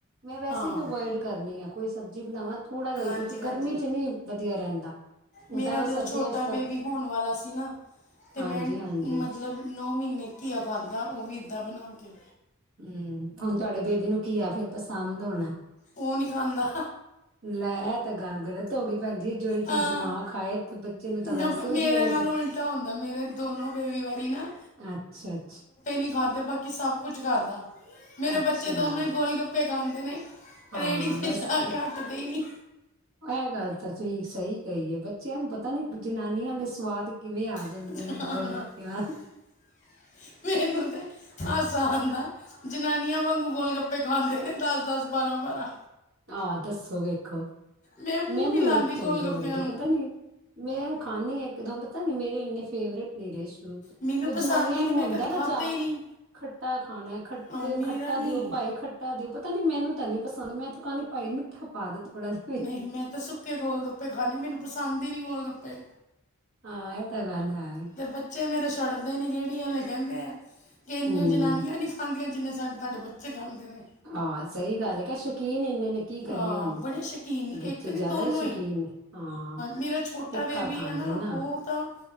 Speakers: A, on the right; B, on the left.
A: ਮੈਂ ਵੈਸੇ
B: ਹਾਂ
A: ਵੀ ਅਵੋਇਡ ਕਰਨੀ ਆ। ਕੋਈ ਸਬਜ਼ੀ ਬਣਾਵਾਂ ਥੋੜ੍ਹਾ ਜਾ
B: ਹਾਂਜੀ
A: ਕਿਉਂਕਿ
B: ਹਾਂਜੀ
A: ਗਰਮੀ ਚ ਨਹੀਂ ਵਧੀਆ ਰਹਿੰਦਾ। ਓਦਾਂ
B: ਮੇਰਾ
A: ਤਾਂ
B: ਜਦੋਂ
A: ਸਰਦੀਆਂ
B: ਛੋਟਾ
A: ਚ ਤਾਂ
B: ਬੇਬੀ ਹੋਣ ਵਾਲਾ ਸੀ ਨਾ ਤੇ
A: ਹਾਂਜੀ
B: ਮੈਂ।
A: ਹਾਂਜੀ
B: ਮਤਲਬ ਨੌ ਮਹੀਨੇ ਘੀਆ ਖਾਧਾ ਉਹ ਵੀ ਇੱਦਾਂ ਬਣਾ ਕੇ
A: ਹਮ ਹੁਣ ਤੁਹਾਡੇ ਬੇਬੀ ਨੂੰ ਘੀਅ ਫਿਰ ਪਸੰਦ ਹੋਣਾ।
B: ਉਹ ਨੀ ਖਾਂਦਾ।
A: ਲੈ ਤਾਂ ਗੱਲ ਗ਼ਲਤ ਹੋ ਗਈ ਭੈਣਜੀ, ਜਿਹੜੀ
B: ਹਾਂ
A: ਚੀਜ਼ ਮਾਂ ਖਾਏ, ਤੇ ਬੱਚੇ ਨੂੰ ਤਾਂ
B: ਨਾ
A: ਵੈਸੇ
B: ਪ- ਮੇਰੇ
A: ਵਧੀਆ ਲੱਗਦੀ।
B: ਨਾਲ ਉਲਟਾ ਹੁੰਦਾ, ਮੇਰੇ ਦੋਨੋ ਬੇਬੀ ਵਾਰੀ ਨਾ
A: ਅੱਛਾ- ਅੱਛਾ।
B: ਨੀ ਖਾਧੇ, ਬਾਕੀ ਸਭ ਕੁਝ ਖਾਧਾ, ਮੇਰੇ
A: ਅੱਛਾ
B: ਬੱਚੇ ਦੋਨੋਂ ਹੀ ਗੋਲ ਗੱਪੇ ਖਾਂਦੇ ਨੇ।
A: ਹਾਂ
B: ਰੇਹੜੀ ਤੇ
A: ਵੈਸੇ
B: ਜਾ ਕੇ ਹੱਟਦੇ ਈ ਨਹੀਂ।
A: ਇਹ ਗੱਲ ਤਾਂ ਤੁਸੀਂ ਸਹੀ ਕਹੀ ਏ, ਬੱਚਿਆਂ ਨੂੰ ਪਤਾ ਨੀ ਜਨਾਨੀਆਂ ਦੇ ਸਵਾਦ ਕਿਵੇਂ ਆ ਜਾਂਦੇ
B: <unintelligible>
A: ਨੇ ਗੋਲ ਗੱਪਿਆਂ
B: ਮੈਨੂੰ ਤੇ ਹਾਸਾ ਆਂਦਾ, ਜਨਾਨੀਆਂ ਵਾਂਗੂ ਗੋਲ ਗੱਪੇ ਖਾਂਦੇ ਨੇ ਦਸ- ਦਸ, ਬਾਰਾਂ ਬਾਰਾਂ।
A: ਆਹ ਦੱਸੋ ਵੇਖੋ,
B: ਮੈਂ ਮੂੰਹ
A: ਮੈਨੂੰ
B: ਨਹੀਂ ਲਾਂਦੀ
A: ਨੀ
B: ਗੋਲ
A: ਚੰਗੇ
B: ਗੱਪਿਆਂ
A: ਲੱਗਦੇ,
B: ਨੂੰ
A: ਪਤਾ ਨੀ ਮੈਂ ਖਾਂਦੀ ਹਾਂ, ਇੱਕ ਦਮ ਪਤਾ ਨੀ ਮੇਰੇ ਇੰਨੇ ਫੇਵਰੇਟ ਨੀ ਰਹੇ ਸ਼ੁਰੂ
B: ਮੈਨੂੰ ਪਸੰਦ
A: ਜਨਾਨੀਆਂ
B: ਹੀ ਨਹੀਂ
A: ਨੂੰ
B: ਮੈਂ
A: ਹੁੰਦਾ
B: ਕਦੀ ਖਾਧੇ
A: ਨਾ ਚਾਅ।
B: ਹੀ ਨਹੀਂ
A: ਖੱਟਾ ਖਾਣਾ, ਖੱਟੇ
B: ਹਾਂ, ਮੇਰਾ
A: ਖੱਟਾ
B: ਨਹੀਂ
A: ਦਿਓ ਭਾਈ, ਖੱ ਟਾ ਦਿਓ, ਪਤਾ ਨੀ ਮੈਨੂੰ ਤਾਂ ਨਹੀਂ ਪਸੰਦ, ਮੈਂ ਤਾਂ ਕਹਾਂਗੀ ਭਾਈ ਮਿੱਠਾ ਪਾ ਦੇ ਥੋੜਾ ਜਿਹਾ।
B: ਨਹੀਂ ਮੈਂ ਤਾਂ ਸੁੱਕੇ ਗੋਲ ਗੱਪੇ ਖਾਣੀ, ਮੈਨੂੰ ਪਸੰਦ ਹੀ ਨਹੀਂ ਗੋਲ ਗੱਪੇ।
A: ਹਾਂ, ਇਹ ਤਾਂ ਗੱਲ ਹੈ।
B: ਤੇ ਬੱਚੇ ਮੇਰੇ ਛੱਡਦੇ ਨਹੀਂ ਰੇਹੜੀ ਆਲੇ ਕਹਿੰਦੇ ਆ, ਕਿ ਇੰਨੇ
A: ਹੂੰ
B: ਜਨਾਨੀਆਂ ਨੀ ਖਾਂਦੀਆਂ, ਜਿੰਨੇ ਸਾਡੇ ਤੁਹਾਡੇ ਬੱਚੇ ਖਾਂਦੇ ਨੇ।
A: ਹਾਂ ਸਹੀ ਗੱਲ ਕਹਿ, ਸ਼ੌਕੀਨ ਇੰਨੇ ਨੇ ਕੀ ਕਰੀਏ
B: ਹਾਂ
A: ਹੁਣ,
B: ਬੜੇ ਸ਼ੌਕੀਨ
A: ਬੱਚੇ
B: ਇੱਕ ਨਹੀਂ
A: ਜ਼ਿਆਦਾ
B: ਦੋਨੋਂ
A: ਹੀ ਸ਼ੌਕੀਨ ਨੇ। ਹਾਂ,
B: ਮੇਰਾ ਛੋਟਾ
A: ਤਿੱਖਾ
B: ਬੇਬੀ
A: ਖਾਣ
B: ਆ
A: ਦੇ ਨਾ।
B: ਉਹ ਤਾਂ